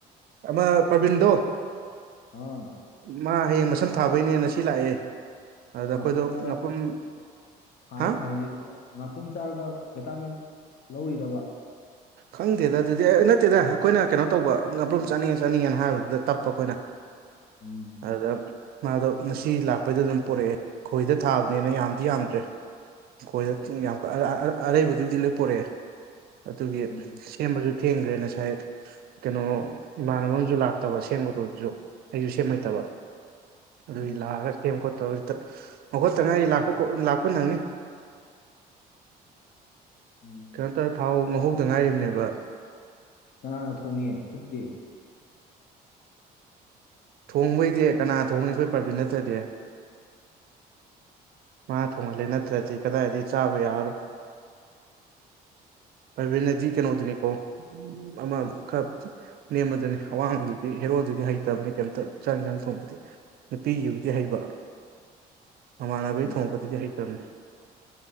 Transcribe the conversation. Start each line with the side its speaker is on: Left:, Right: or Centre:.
Right: ꯑꯃ ꯄ꯭ꯔꯕꯤꯟꯗꯣ
Left: ꯑꯥ
Right: ꯃꯥ ꯍꯌꯦꯡ ꯃꯁꯝ ꯊꯥꯕꯩꯅꯦꯅ ꯉꯁꯤ ꯂꯥꯛꯑꯦ ꯑꯗꯨꯗ
Left: ꯉꯥꯄ꯭ꯔꯨꯝ
Right: ꯑꯩꯈꯣꯏꯗꯣ
Left: ꯆꯥꯔꯒ
Right: ꯉꯥꯄ꯭ꯔꯨꯝ
Left: ꯍꯥꯔ
Right: ꯍꯥ
Left: ꯐꯍꯜꯂꯤ <unintelligible> ꯉꯥꯄ꯭ꯔꯨꯝ ꯆꯥꯔꯒ ꯕꯤꯇꯥꯃꯤꯟ ꯂꯧꯔꯤꯔꯕ
Right: ꯈꯪꯗꯦꯗ ꯑꯗꯨꯗꯤ ꯑꯦ ꯅꯠꯇꯦꯗ ꯑꯈꯣꯏꯅ ꯀꯩꯅꯣ ꯇꯧꯕ ꯉꯥꯄ꯭ꯔꯨꯝ ꯆꯥꯅꯤꯡꯉꯦ ꯆꯥꯅꯤꯡꯉꯦꯅ ꯍꯥꯏꯕꯗꯨꯗ ꯇꯞꯄ ꯑꯈꯣꯏꯅ
Left: ꯎꯝ
Right: ꯑꯗ ꯃꯥꯗꯣ ꯉꯁꯤ ꯂꯥꯛꯄꯩꯗ ꯑꯗꯨꯝ ꯄꫭꯔꯛꯑꯦ ꯈꯣꯏꯗ ꯊꯥꯕꯅꯤꯅ ꯌꯥꯝꯗꯤ ꯌꯥꯝꯗ꯭ꯔꯦ ꯈꯣꯏꯗ <unintelligible> ꯑꯔꯩꯕꯗꯨꯕꯨꯗꯤ ꯂꯣꯏ ꯄꫭꯔꯛꯑꯦ ꯑꯗꯨꯒꯤ
Left: ꯎꯝ
Right: ꯁꯦꯝꯕꯖꯨ ꯊꯦꯡꯒ꯭ꯔꯦ ꯉꯁꯥꯏ ꯀꯩꯅꯣ ꯏꯃꯥꯟꯅꯕ ꯑꯝꯖꯨ ꯂꯥꯛꯇꯕ <unintelligible> ꯑꯩꯖꯨ ꯁꯦꯝ ꯍꯩꯇꯕ ꯑꯗꯨꯒꯤ
Left: ꯎꯝ
Right: ꯂꯥꯛꯑꯒ ꯁꯦꯝ ꯈꯣꯠꯇꯧ <unintelligible> ꯍꯧꯒꯠꯇ ꯉꯥꯏ ꯂꯥꯛꯄ ꯂꯥꯛꯄ ꯅꯪꯅꯤ
Left: ꯎꯝ
Right: <unintelligible> ꯊꯥꯎ ꯉꯧꯍꯧꯗ ꯉꯥꯏꯔꯤꯝꯅꯦꯕ
Left: ꯀꯅꯥꯅ ꯊꯣꯡꯉꯤ ꯈꯨꯠꯇꯤ
Right: ꯊꯣꯡꯕꯩꯗꯤ ꯀꯅꯥ ꯊꯣꯡꯅꯤ ꯑꯈꯣꯏ ꯄ꯭ꯔꯕꯤꯟ ꯅꯠꯇ꯭ꯔꯗꯤ ꯃꯥ ꯊꯣꯡꯍꯜꯂꯦ ꯅꯠꯇ꯭ꯔꯗꯤ ꯀꯗꯥꯏꯗꯩ ꯆꯥꯕ ꯌꯥꯔꯔꯣꯏ
Left: <inaudible>
Right: ꯄ꯭ꯔꯕꯤꯟ ꯍꯥꯏꯗꯤ ꯀꯩꯅꯣꯗꯨꯅꯤꯀꯣ ꯑꯃ ꯈꯔ ꯅꯦꯝꯕꯗꯨꯅꯤ ꯑꯋꯥꯡꯕꯗꯨꯗꯤ ꯍꯦꯔꯣꯗꯨꯗꯤ ꯍꯩꯇꯕꯅꯦ ꯀꯩꯝꯇ ꯆꯛ ꯏꯟꯖꯥꯡ ꯊꯣꯡꯕꯗꯤ ꯅꯨꯄꯤꯒꯤꯕꯨꯗꯤ ꯍꯩꯕ ꯃꯃꯥꯟꯅꯕꯩ
Left: ꯑꯃ
Right: ꯊꯣꯡꯉꯛꯄꯗꯗꯤ ꯍꯩꯇꯝꯅꯦ